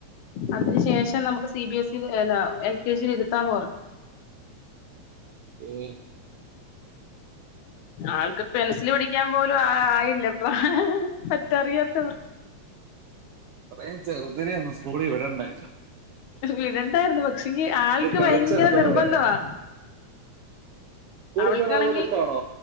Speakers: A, on the left; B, on the right.
A: അതിന് ശേഷം നമുക്ക് സി ബി എസ് സി എല്ല ഇൽ എൽ കെ ജിൽ ഇരുത്താന്ന് പറഞ്ഞു.
B: ഏ
A: ആൾക്ക് പെൻസില് പിടി ക്കാൻ പോലും ആയില്ല, പറ്ററിയത്
B: പറയാൻ ചെറുതിനെ ഒന്ന് സ് കൂളി വിടണ്ടേ.
A: വിടണ്ടായിരുന്നു പക്ഷെങ്കി ആൾക്ക്
B: കളിച്ച്
A: ഭയങ്കര
B: നടക്കുന്ന
A: നിർബന്ധവാ
B: പ്രായമല്ലേ സ്കൂളിൽ
A: അവൾക്കാണെങ്കിൽ
B: പോകാൻ അതുപോലെ ഇഷ്ടമാണോ